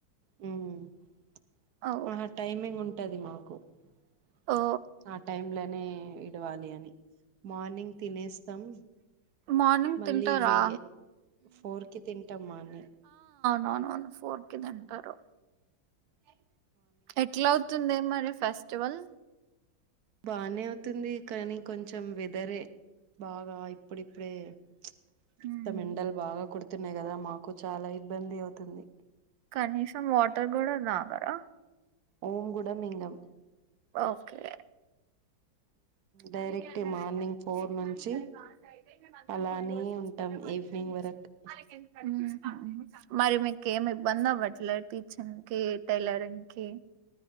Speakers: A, on the right (about 60°); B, on the right (about 80°).
A: హుహ్మ్ ప్చ్
B: ఓ
A: ఆహా టైమింగ్ ఉం ట్టది మాకు
B: ఓ
A: ప్చ్ ఆ టైమ్ లోనే ఇద్ ట్టేవాలీయని మార్నింగ్ తినేస్తాం,
B: మార్నింగ్
A: మళ్ళీ
B: తింటారా
A: ఈవినింగే ఫోర్ కి తింటాం మానే
B: వన్ వన్ ఫోర్ కి తింటారు
A: లేకిన్
B: ఎట్లా అవుతుంది మరి ఫెస్టివల్
A: బానే అవుతుంది. కానీ కొంచెం వెదరే బాగా ఇప్పుడిప్పుడే ప్చ్ త్తం
B: హ్మ్.
A: మెండల్ బాగా కొడుత్ తున్నాయి, కదా మాకు చాలా ఇబ్బంది అవుతుంది.
B: కనీసం వాటర్ గూడా తాగరా?
A: ఓం కూడా మింగం
B: ఓకే
A: డైరెక్ట్
B: అదితి అన్నాడంట
A: మార్నింగ్ ఫోర్
B: చిట్ట్
A: నుంచి
B: గానికి టైం లాస్ అయితే, మేము అందరం
A: అలానే
B: గుండుకొట్టించుకొంటాం.
A: ఉంటాం
B: అందర్నీ
A: ఈవినింగ్ వరకు
B: ఆళ్ళ కేం హ్మ్మ్ మ్మ్ ప్చ్ మరి మీకేమి బందవట్ల టీచింగ్ కి, టైలరింగ్ కి